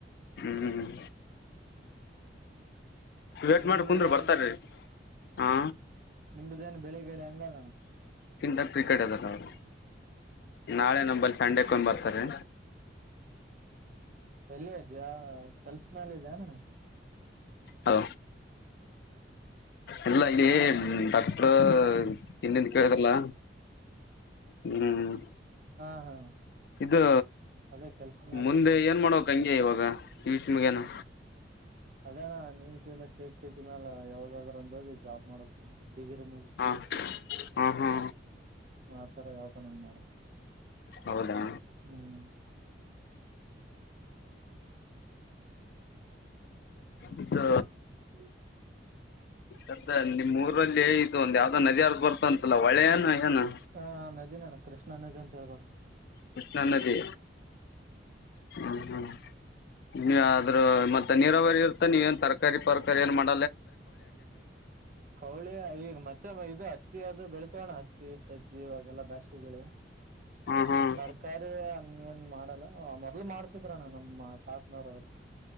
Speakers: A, on the left; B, on the right.
A: ಹ್ಮ್ ವೇಟ್
B: ನಿಂಬುದೇನ
A: ಮಾಡ್ರಿ ಕುಂದ್ರರೀ ಬರ್ತಾರೀ ಹಾ
B: ನಿಮ್ಮ್ದೇನು ಬೆಳಿಗ್ಳಿ ಹಂಗದಣ
A: ಕಿಂತ ಕ್ರಿಕೆಟ್ ಅದಲ್ಲ ಅವರು ನಾಳೆ ನಂಬಲ್, ಸಂಡೆ ಕೊಮ್ಮೆ ಬರ್ತಾರೆೀ?
B: ಎಲ್ಲಿ ಅಜ್ಜ ಕೆಲ್ಸ ಮಾಲ ಯದ್ಣ
A: ಹೌ ಇಲ್ಲ ಇಲ್ಲಿ
B: ಹಾ ಅಣ್ಣ
A: ಡಾಕ್ಟರ್ ಇನ್ನಂದು ಕೇಳ್ರಲ್ಲ ಹ್ಮ್
B: ಹಾ ಹಾ
A: ಇದು
B: ಅದೇ ಕೆಲ್ಸದ ಮೇಲೆ
A: ಮುಂದೆ
B: ಇದೆ ಅಣ್ಣ
A: ಏನ್ ಮಾಡಕ್ ಹಂಗೆ ಇವಾಗ <inaudible> ಪಿಯುಸಿ ಮುಗೆನಾ
B: ಅದ ಅಣ್ಣಾ ನೀ ಲ್ಲ ಕೆ ಸಿಟಿ ಮೇಾಲ ಯಾವಾಗಾದ್ರ ಒಂದಿ ಜಾಬ್ ಮಾಡ್ಬೇಕ ಡಿಗರಿ ಮುಗಸ,
A: ಹಾ ಹಾ ಹಾ
B: ಆತರ ಯಾವತನ ಮಾಡ
A: ಹೌದಾ
B: ಹ್ಮ್
A: ಇದು
B: ಹ್ಮ್
A: ಸುದ್ದ ನಿಮ್ಮ ಊರಲ್ಲಿ ಇದು ಒಂದು ಯಾವ್ದೋ ನದಿ ಹರದ ಬರ್ತ ಅಂತಲ್ಲ ಹೊಳೆ ಏನ ಏನು
B: ಹಾ ನದಿನ್ ಅಣ್ಣಾ ಕೃಷ್ಣ ನದಿ ಅಂತ ಳ ಬರ <unintelligible>
A: ಕೃಷ್ಣಾ ನದಿ ಹ್ಮ್ ಹ್ಮ್ ನೀವ ಆದ್ರೂ ಮತ್ತೆ ನೀರಾವರಿ ಇರ್ತ ನೀವ ಏನ್ ತರಕಾರಿ ಪರಕಾರಿ ಏನ್ ಮಾಡ
B: ಕೌಳಿ ಈಗ ಮತ್ತೆ ಇದುತ್ತು ಬೆಳೆ ಓಣಜಿ ಸಜೆ ಇವಾಗಲ್ಲ ಬಾಶಿ ಬೆಳೆ
A: ಹ್ಮ್ ಹ್ಮ್
B: ತರಕಾರಾರಿ ಹಂಗ ಏನ್ ಮಾಡಲ್ಲ ಮೊದ್ಲು ಮಾಡ್ತಿದ್ರಣ ನಮ್ಮ ತಾತ್ನವ್ರ ಅವರು